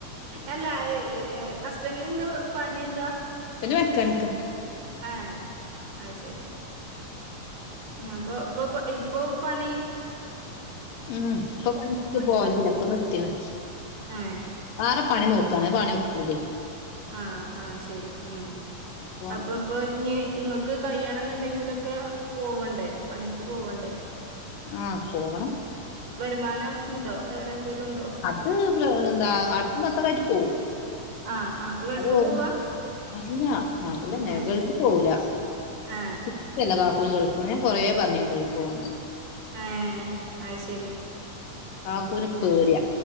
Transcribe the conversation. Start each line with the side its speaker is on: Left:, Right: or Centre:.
Right: എല്ലാ ഏ ഹസ്ബൻ്റ്നെന്താ പ പണി എന്താ?
Left: ബൻ്റ് മെക്കാനിക്കാ.
Right: ആഹ്, അയ് ശെരി. അപ്പൊ പ്പൊ പൊ ഇപ്പൊ പണീ
Left: ഉം ഇപ്പ പണിക്ക്
Right: ഇന്ന്
Left: പോലില്ല ഇപ്പ നിർത്തിണ്.
Right: ഏഹ്
Left: വേറെ പണി നോക്കാണ് അപണി ഒക്കൂലേ?
Right: ആഹ് ആഹ് ശരി ഉം
Left: അപ്പം
Right: അപ്പ ഇപ്പൊ ഇഞ്ഞ് ഇങ്ങ് ക്ക് കയ്യണന്ന്ണ്ടെങ്കിലൊക്കെ പോവണ്ടേ പണിക്ക് പോവണ്ടേ?
Left: ആഹ് പോവണം.
Right: വരുമാനം ഇണ്ടോ വേറെ എന്തേലും ഉണ്ടോ?
Left: അ് പ്രകണന്താ അട്ത്ത മാസക്കായിട്ട് പോവും.
Right: ആഹ് ആഹ് ഗൾഫ്
Left: അത്
Right: പോവാ?
Left: അല്ല നാട്ടിലന്നെ
Right: ഏഹ്
Left: ഗൾഫി പോവൂല.
Right: ഏഹ്
Left: ഇജ്ജല്ലേ കക്കൂനെ ഗൾഫണ് ഞാൻ കുറേ പറഞ്ഞീനി ഗൾഫ് പോവാനൊക്കെ
Right: ഏഹ് അയ് ശരി.
Left: കാക്കൂന് പേടിയ
Right: ആഹ്